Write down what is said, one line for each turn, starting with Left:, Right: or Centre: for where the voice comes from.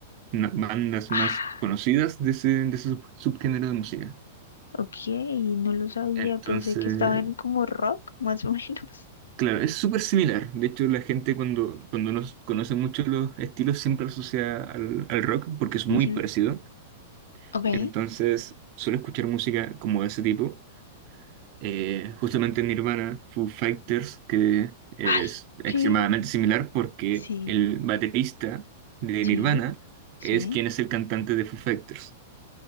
Right: na- bandas
Left: Ah,
Right: más conocidas de ese, de ese sub- subgénero de música.
Left: ok, no lo sabía,
Right: Entonces,
Left: pensé que estaba en como rock, más o menos.
Right: claro, es súper similar. De hecho, la gente cuando, cuando nos conoce mucho los estilos siempre lo asocia al, al rock porque es muy
Left: Ujú,
Right: parecido.
Left: Ok.
Right: Entonces, suelo escuchar música como de ese tipo. Eh, justamente Nirvana, Foo Fighters, que es
Left: Ay,
Right: extremadamente
Left: ¿qué?
Right: similar porque
Left: Sí.
Right: el baterista de
Left: Sí,
Right: Nirvana
Left: sí.
Right: es quien es el cantante de Foo Fighters.